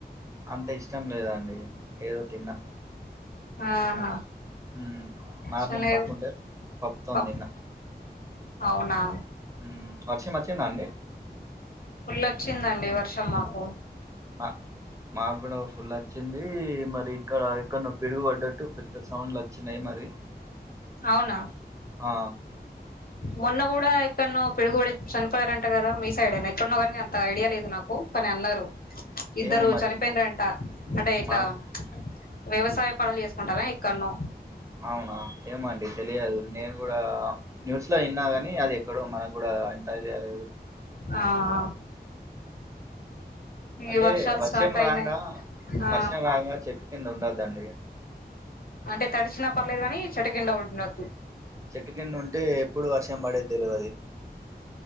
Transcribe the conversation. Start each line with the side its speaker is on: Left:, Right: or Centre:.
Right: అంత ఇష్టం లేదండి ఏదో తిన్నా.
Left: ఆహా
Right: ఊ మార్నింగ్
Left: శనగ
Right: పప్పుంటే పప్పుతోన్
Left: పప్పు
Right: తిన్నా.
Left: అవునా
Right: ఊ వర్షం వచ్చిందా అండి.
Left: ఫుల్ల్ వచ్చిందండి వర్షం మాకూ
Right: మా మాక్గూడా ఫుల్ వచ్చిందీ మరి. ఇక్కడ ఎక్కడనో పిడుగు పడ్డట్టు పెద్ద సౌండ్లు వచ్చినయి మరి.
Left: అవునా
Right: ఆ
Left: మొన్న గూడా ఎక్కడ్నో పిడుగుబడి చనిపోయారు అంట గదా మీ సైడేనా ఎక్కడనో గానీ అంతా ఐడియా లేదు నాకు పని అన్నరు ఇద్దరూ
Right: ఏమో మరి
Left: చనిపోయిన్ రంటా అంటే ఇట్లా
Right: మాకు
Left: ప్చ్ వ్యవసాయ పనులు చేసుకుంటారా ఇక్కడ్నో
Right: అవునా ఏమో అండి తెలియదు నేను గూడా న్యూస్ లో విన్నా గాని అది ఎక్కడో మనకు. ప్పుడు అదా అంత ఐడియా లేదు
Left: ఆహా ఈ
Right: అంటే
Left: వర్షాలు
Right: వర్షం
Left: స్టార్ట్ అయినై
Right: రాంగా
Left: ఆ.
Right: వర్షం రాంగా చెట్టు కింద ఉండద్దండి
Left: అంటే తడిశినా పర్లేదు గానీ చెట్టుకిండా ఉండొద్దు.
Right: చెట్టు కిండ ఉంటే ఎప్పుడు వర్షం పడేద్ దెల్వది.